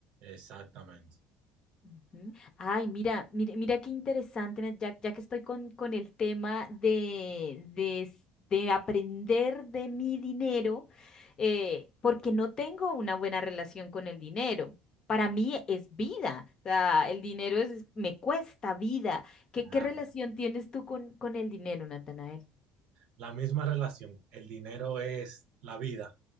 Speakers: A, on the right (about 60°); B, on the left (about 35°).
A: Exactamente.
B: Ujú. Ay, mira, mira, mira qué interesante, Nat, ya, ya que estoy con, con el tema de, de, s- de aprender de mi dinero, eh, porque no tengo una buena relación con el dinero. Para mí es vida, o sea, el dinero es, me cuesta vida. ¿Qué,
A: Claro.
B: qué relación tienes tú con, con el dinero, Natanael?
A: La misma relación, el dinero es la vida